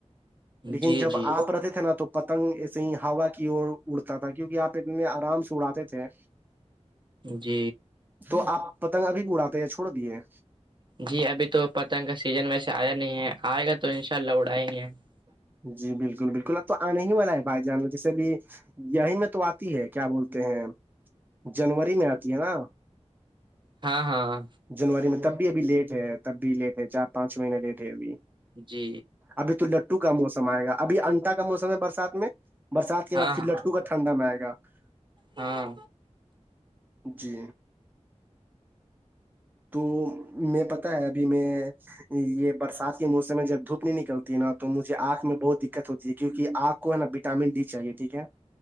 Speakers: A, on the right; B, on the right.
A: لیکن
B: جی
A: جب
B: جی
A: آپ رہتے تھے نا تو پتنگ ایسے ہی ہا کی اور اڑتا تھا کیونکہ آپ اتنے آرام سے اڑاتے تھے
B: جی
A: تو آپ پتنگ ابھی بھی اڑاتے ہیں چھوڑ دیے
B: جی ابھی تو پتنگ کا سیزن ویسے آیا نہیں ہے آئے گا تو ان شاء اللہ اڑائے ہیں <unintelligible>
A: جی بالکل بالکل اب تو آنے ہی والا ہے بھائی جان میں جیسے بھی یہی میں تو آتی ہے کیا بولتے ہیں جنوری میں آتی ہے نا
B: ہاں ہاں ہاں
A: جنوری میں تب بھی ابھی لیٹ ہے تب بھی لیٹ ہے چار پانچ مہینے لیٹ ہے ابھی
B: جی
A: اب تو لٹو کا موسم آئے گا ابھی انٹا کا موسم ہے برسات میں برسات کے
B: ہاں
A: بع پھر
B: ہاں
A: لٹو کا ٹنڈا م گا <unintelligible>
B: ہاں
A: جی تو میں پتا ہے ابھی میں یہ برسات کے موسم میں جب دھوپ نہیں نکلتی ہے نا تو مجھے آنکھ میں بہت د ہوتی تھی کیکہ آپ کو ہے نا وٹامن ڈی چاہیے ٹھیک ہے